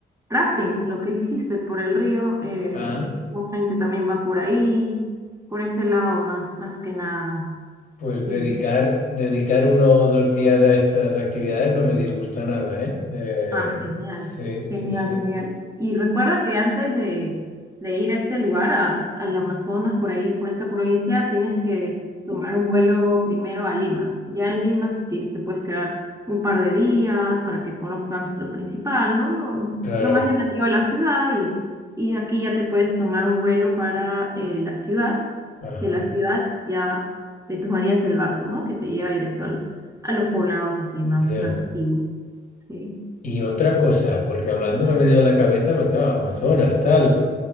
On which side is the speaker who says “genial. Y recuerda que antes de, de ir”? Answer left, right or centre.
Right